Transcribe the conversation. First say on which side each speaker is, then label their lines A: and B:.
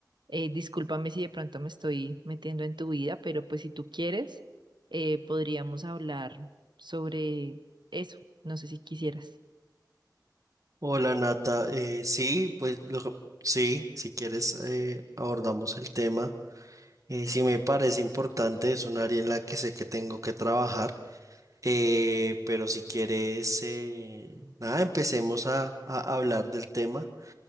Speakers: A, on the right; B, on the right.
A: Eh, discúlpame si de pronto me estoy metiendo en tu vida, pero pues si tú quieres, eh, podríamos hablar sobre eso. No sé si quisieras.
B: Hola Nata, Eh, sí, pues lo que- sí, si quieres eh, abordamos el tema. Eh, sí me parece importante, es un área en la que sé que tengo que trabajar, eh, pero si quieres, eh, nada, empecemos a, a hablar del tema.